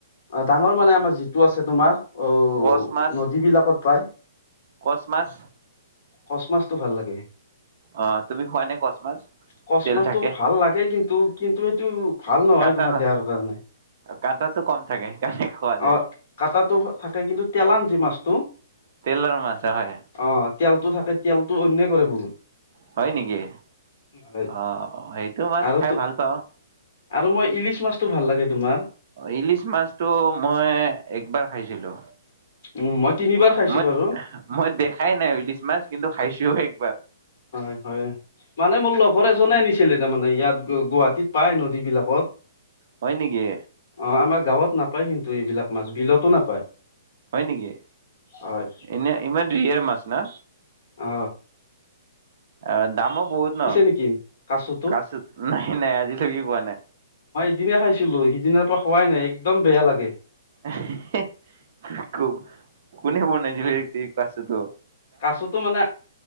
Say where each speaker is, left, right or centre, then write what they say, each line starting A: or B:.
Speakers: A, on the left (about 35°); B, on the right (about 40°).
A: অ ডাঙৰ মানে আমাৰ যিটো আছে তোমাৰ আহ
B: কচ মাছ
A: নদী বিলাকত পাই
B: কচ মাছ
A: কচ মাছটো ভাল লাগে
B: অ তুমি খোৱা নে কচ মাছ
A: কচ
B: তেল
A: মাছটো
B: থাকে
A: ভাল লাগে কিন্তু কিন্তু সেইটো ভাল নহয়
B: কাটা
A: তোমাৰ
B: ন
A: দেহৰ কাৰণে
B: কাটাটো কম থাকে সেইকাৰণে খোৱা যায়
A: আহ কাটাটো থাকে কিন্তু তেলান যি মাছটো
B: তেলৰ মাছ হয়
A: অহ তেলতটো থাকে তেলতটো অন্যয় কৰে বহুত
B: হয় নেকি,
A: হয়
B: অ সেইটো মাছ
A: আৰু
B: খাই
A: তো
B: ভাল পাওঁ।
A: আৰু মই ইলিছ মাছটো ভাল লাগে তোমাৰ।
B: ইলিছ মাছতটো মই একবাৰ খাইছিলো।
A: উম মই তিনিবাৰ খাইছো
B: মই
A: বাৰু
B: ম, ই দেখাই নাই ইলিচ মাছ। কিন্তু খাইছো একবাৰ।
A: হয় হয়, মানে মোৰ লগৰ এজনে আনিছ ছিলে তাৰ মানে ইয়াত গুৱাহাটীত পাই নদী বিলাকত
B: হয় নেকি?
A: অ আমাৰ গাঁৱত নাপায় কিন্তু এইবিলাক মাছ বিলতো নাপায়।
B: হয় নেকি,
A: হয়
B: এনে ইমান ৰিয়ৰ মাছ না।
A: অ।
B: অ দামো বহুত ন,
A: নেকি কাচুটো
B: কাছোত নাই নাই আজিলৈকে খোৱা নাই।
A: সিদিনা খাইছিলো, সিদিনাৰ পৰা খোৱাই নাই একদম বেয়া লাগে।
B: হে, কো কোনে বনাইছিল ঠিক আছে তো।
A: কাচুতো মানে